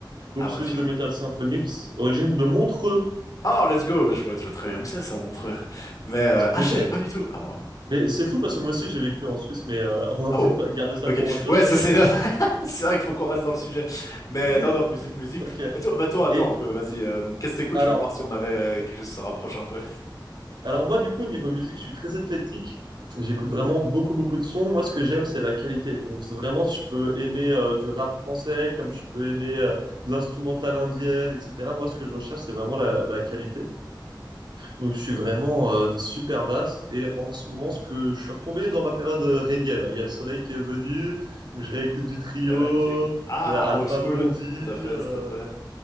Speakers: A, on the right; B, on the left.
A: Groupe
B: Ah, bah,
A: suisse
B: tu
A: de
B: vois.
A: métal symphonique, origine de Montreux.
B: Oh, let's go! Bah, je vois, je vois très bien où c'est, ça montre. Mais, euh, ah,
A: Mais
B: je
A: tu
B: savais
A: sais,
B: pas du tout. Ah, wow.
A: mais c'est fou parce que moi aussi j'ai vécu en Suisse, mais euh, <laughs> on va
B: Oh!
A: peut-être pas garder ça
B: Ok.
A: pour autre chose,
B: Ouais, ça,
A: mais.
B: c'est. <laughs> C'est vrai qu'il faut qu'on reste dans le sujet. Mais
A: <laughs>
B: non, non, musique, musique.
A: Ok.
B: Bah, toi, bah, toi, attends
A: Et
B: un peu, vas-y. euh, qu'est-ce que t'écoutes?
A: alors,
B: Je vais voir si on avait euh, quelque chose qui se rapproche un peu.
A: alors moi, du coup, au niveau musique, je suis très athlétique. J'écoute vraiment beaucoup, beaucoup de sons. Moi, ce que j'aime, c'est la qualité. Donc, c'est vraiment, je peux aimer euh, du rap français, comme
B: Mhm.
A: je peux aimer euh, de l'instrumental indienne, etc. Moi, ce que je recherche, c'est vraiment la, la qualité. Donc, je suis vraiment euh, super vaste. Et en ce moment, ce que je suis retombé dans ma période euh, reggae, là. Il y a le soleil qui est venu. Je réécoute du trio,
B: Ok, ok. Ah,
A: Alpha
B: old school.
A: Blondie,
B: Tout à fait,
A: euh,
B: tout à fait.